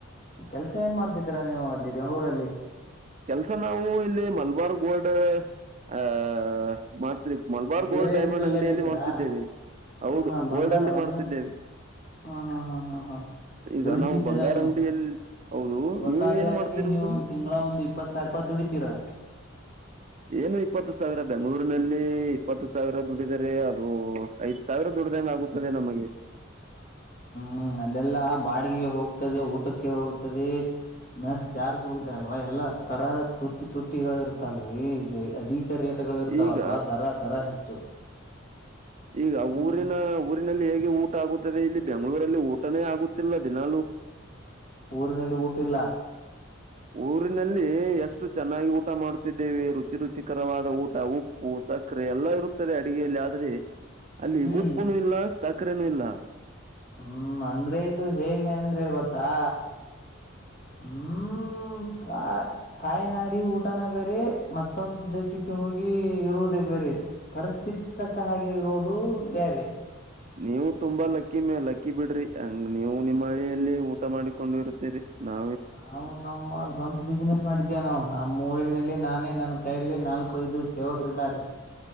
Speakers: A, on the left (about 45°); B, on the right (about 35°).
A: ಕೆಲ್ಸ ಏನ್ ಮಾಡ್ತಿದ್ದೀರಾ ನೀವು ಅಲ್ಲಿ ಬೆಂಗ್ಳೂರಲ್ಲಿ
B: ಕೆಲ್ಸ ನಾವು ಇಲ್ಲಿ ಮಲ್ಬಾರ್ ಗೋಲ್ಡ್ ಆಹ ಮಾಡ್ Malabar
A: jewellery
B: gold diamond
A: field
B: ಅಂಗಡಿಯಲ್ಲಿ
A: ಅಲ್ಲಿ ಇದ್ದೀರಾ
B: ಮಾಡ್ತಿದ್ದೇವೆ ಹೌದು
A: ಹ ಹಾ ಬಂಗಾರ
B: ಗೋಲ್ಡ್ ಅಲ್ಲಿ
A: ಬಂಗಾರ
B: ಮಾಡ್ತಿದ್ದೇವೆ
A: ಹಾ ಹಾ ಹಾ ಹಾ ಹಾ
B: ಈಗ
A: ದುಡಿತಿದ್ದೀರಾ
B: ನಾವು ಬಂಗಾರ
A: ನೀವು
B: ಅಂಗಡಿಯಲ್ಲಿ ಹೌದು
A: ಒಟ್ಟಾರೆಯಾಗಿ
B: ನೀವು ಏನ್ ಮಾಡ್ತಿರುವುದು
A: ನೀವು ತಿಂಗಳ ಒಂದು ಇಪ್ಪತ್ ಸಾವಿರ ರೂಪಾಯಿ ದುಡಿತೀರಾ
B: ಏನು ಇಪ್ಪತ್ತು ಸಾವಿರ ಬೆಂಗಳೂರು ನಲ್ಲಿ ಇಪ್ಪತ್ತು ಸಾವಿರ ದುಡಿದರೆ ಅದು ಐದ್ ಸಾವಿರ ದುಡ್ದಂಗ ಆಗುತ್ತದೆ ನಮಗೆ
A: ಹ್ಮ್ ಅಲ್ಲೆಲ್ಲಾ ಬಾಡಿಗೆ ಹೋಗ್ತದೆ ಊಟಕ್ಕೆ ಹೋಗ್ತದೆ ಮಸ್ ಚಾರ್ಜ್ ಹೋಗುದ ಅಲ್ವಾ ಎಲ್ಲಾ ತರ ತೊಟ್ಟಿ ತೊಟ್ಟಿಗಳು ಇರುತ್ತಲ್ವ ಅದ ಪೇರ್ಯಟಗಳು ಇರ್ತಾವಲ್ವಾ
B: ಈಗ
A: ದರ ದರ ಹೆಚ್ಚು
B: ಈಗ
A: ಹ್ಮ್
B: ಊರಿನ ಊರಿನಲ್ಲಿ ಹೇಗೆ ಊಟ ಆಗುತ್ತ ಇಲ್ಲಿ ಬೆಂಗಳೂರಲ್ಲಿ ಊಟನೇ ಆಗುತ್ತಿಲ್ಲ ದಿನಾಲೂ
A: ಊರಿನಲ್ಲಿ ಊಟಿಲ್ಲ
B: ಊರಿನಲ್ಲಿ ಎಷ್ಟು ಚೆನ್ನಾಗಿ ಊಟ ಮಾಡುತ್ತಿದ್ದೇವೆ ರುಚಿ ರುಚಿಕರವಾದ ಊಟ ಉಪ್ಪು ಸಕ್ಕರೆ ಎಲ್ಲ ಇರುತ್ತದೆ ಅಡಿಗೆಯಲ್ಲಿ ಆದ್ರೆ ಅಲ್ಲಿ
A: ಹ್ಮ್
B: ಉಪ್ಪುನುೂ ಇಲ್ಲ ಸಕ್ಕರೆನೂ ಇಲ್ಲ
A: ಹ್ಮ್ ಅಂದ್ರೆ ಇದು ಹೇಗೆ ಅಂದ್ರೆ ಗೊತ್ತಾ ಹ್ಮ ತಾಯಿನಾಡಿ ಊಟನ ಬೇರೆ ಮತ್ತೊಂದು ದೇಶಕ್ಕೆ ಹೋಗಿ ಇರುವುದ ಬೇರೆ ಪರಿಸ್ಥಿತಿ ತಕ್ಕ ಹಾಗೆ ಇರುವುದು ಬೇರೆ
B: ನೀವು ತುಂಬಾ ಲಕ್ಕಿ ಮೇ ಲಕ್ಕಿ ಬಿಡ್ರಿ ಹಂಗ ನೀವು ನಿಮ್ಮ್ ಹಳಿಯಲ್ಲಿ ಊಟ ಮಾಡಿಕೊಂಡು ಇರ್ತೀರಿ ನಾ
A: ನಾವು ನಮ್ಮ ಸ್ವಂತ ಬಿಸ್ನೆಸ್ ಮಾಡಿದ್ದೇ ನಾವು ನಮ್ಮ ಊರಿನಲ್ಲಿ ನಾನೇ ನನ್ನ ಕೈಯಲ್ಲಿ ನಾಲ್ಕು ಐದು ಸೇವಕರಿದ್ದಾರೆ